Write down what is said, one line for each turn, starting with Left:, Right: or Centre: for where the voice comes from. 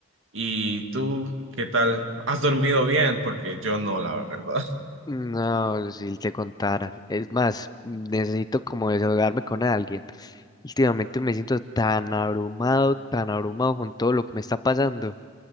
Right: ¿Y tú qué tal? ¿Has dormido bien? Porque yo no, la verdad. <laughs>
Left: No, si te contara. Es más, necesito como desahogarme con alguien. Últimamente me siento tan abrumado, tan abrumado con todo lo que me está pasando,